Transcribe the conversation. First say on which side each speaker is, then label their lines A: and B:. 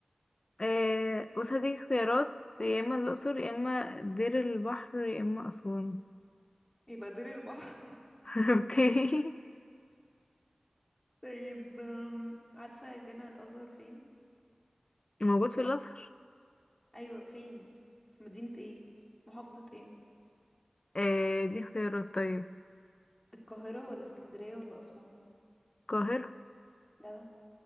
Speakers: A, on the left; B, on the left.
A: آه، بص هديك اختيارات يا اما الاقصر يا اما دير البحر يا اما اسوان
B: يبقى دير البحر <laughs>
A: <laughs> اوكي
B: طيب آم، عارفة جامع الأزهر فين؟
A: موجود في الازهر
B: أيوة فين؟ في مدينة ايه؟ محافظة ايه؟
A: آه، دي اختيارات طيب
B: القاهرة ولا اسكندرية ولا أسوان؟
A: القاهره
B: جدع